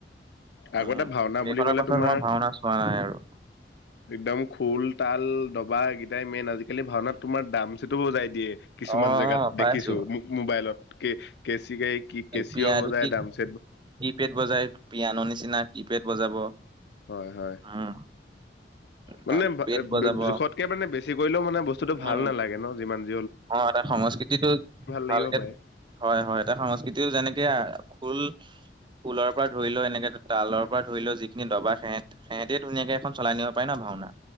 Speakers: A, on the right; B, on the left.
A: উম।
B: আগতে ভাওনা
A: সেইখনৰ
B: বুলি কলে
A: পাছত
B: তোমাৰ
A: মই ভাওনা চোৱা নাই আৰু
B: একদম খোল তাল ডবা এইকেইটাই মেইন আজিকালি আজিকালি ভাওনাত তোমাৰ ডাম চেটো বজাই দিয়ে কিছুমান
A: অ
B: জেগাত
A: অ পাইছো
B: দেখিছো মো মোবাইলত কে কেচি গাই কি কেচিও
A: পিয়াটো
B: বজাই ডাম চেট
A: কি পেড বজাই পিয়া ন নিচিনা কি পেড বজাব
B: হয় হয়
A: উম
B: মানে
A: তাৰ পেট বজাব
B: জো জোখতকে মানে বেছি কৰিলেও মানে বস্তুতটো ভাল
A: উম
B: নালাগে ন যিমান যি হলো
A: অ এটা সংস্কৃতিটো
B: লাগিব
A: ভালকে
B: পাৰে
A: হয় হয় এটা সংস্কৃতিও যেনেকে ফুল অচ। ফুলৰ পৰা ধৰি লৈ এনেকে তালৰ পৰা ধৰি লও যিখিনি ডবা সেহঁত সেহঁতে ধুনীয়াকে এখন চলাই নিব পাৰে ন ভাওনা।